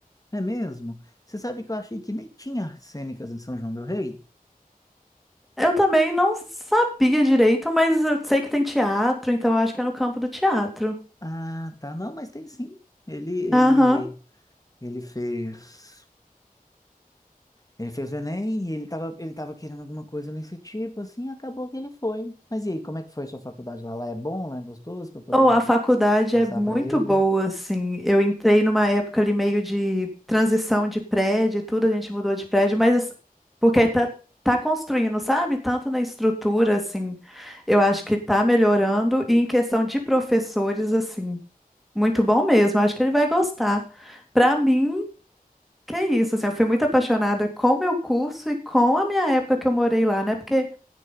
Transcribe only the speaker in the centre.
Eu também não sabia direito, mas eu sei que tem teatro, então eu acho que é no campo do teatro.
Aham.
Oh, a faculdade
é muito
boa, assim. Eu entrei numa época ali meio de transição de prédio e tudo, a gente mudou de prédio, mas assim, porque tá, tá construindo, sabe? Tanto na estrutura, assim, eu acho que tá melhorando, e em questão de professores, assim, muito bom mesmo. Acho que ele vai gostar. Pra mim, que é isso, assim, eu fui muito apaixonada com o meu curso e com a minha época que eu morei lá, né? Porque